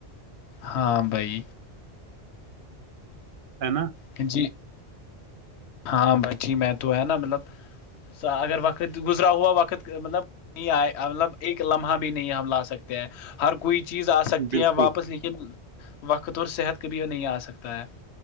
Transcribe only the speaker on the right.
ہے نا
بالکل